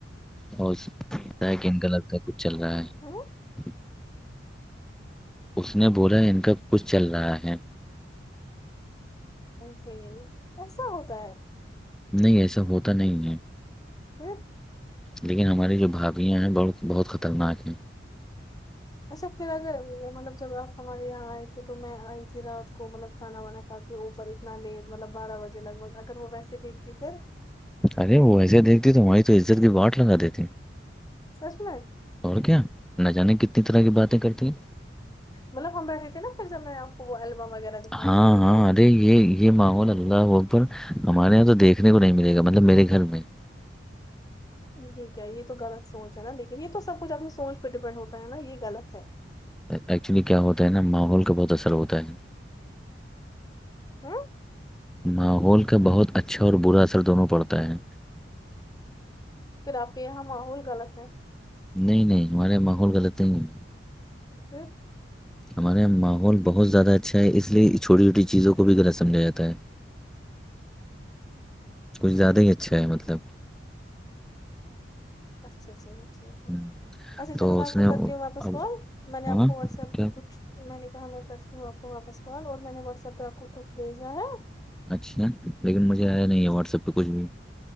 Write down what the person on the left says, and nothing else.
ہوں،
ہے ایسا ہوتا ہے
پھر
اچھا پھر اگر مطلب جب آپ ہمارے یہاں آئے تھے تو میں آئی تھی رات کو مطلب کھانا وانا کھا کے اوفر اتنا نیٹ مطلب بارہ بجے لگ بگ اگر وہ ویسے دیکھتی تھے
سچ میں
ملا خباٹ دیتی ن پبم وغیرہ دکھایا
شادی
کا
یہ کیا یہ تو غلط سوچ ہے نا لیکن یہ تو سب کچھ اپنی سوچ پہ ڈیپینڈ ہوتا ہے نا یہ غلط ہے
ہمم
پھر آپ کے یہاں ماحول غلط ہے
<unintelligible>
<inaudible>
اچھا چلو ٹھیک ہے
اچھا
چلو میں
آپ کو
کرتی ہوں واپس
کال میں نے
آپ کو واٹس ایپ
کچھ تو میں نے کہا میں کرتی ہوں آپ کو واپس کال اور میں نے واٹسپ پہ آپ کو کچھ بھیجا ہے
یہ
دیکھنا